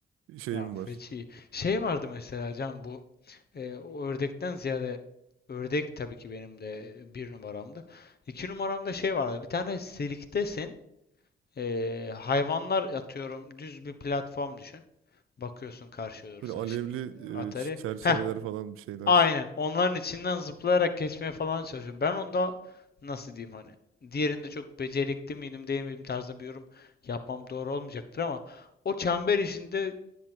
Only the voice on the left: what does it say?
Ya feci.
Şey vardı mesela can bu E, o ördekten ziyade ördek tabii ki benim de bir numaramdı. İki numaramda şey vardı. Bir tane sirktesin. E, hayvanlar atıyorum düz bir platform düşün. Bakıyorsun karşıya doğru
sen
şimdi Atari.
Heh,
aynen. Onların içinden zıplayarak geçmeye falan çalışıyor. Ben onda nasıl diyeyim hani diğerinde çok becerikli miydim değil miydim tarzda bir yorum yapmam doğru olmayacaktır ama o çember işinde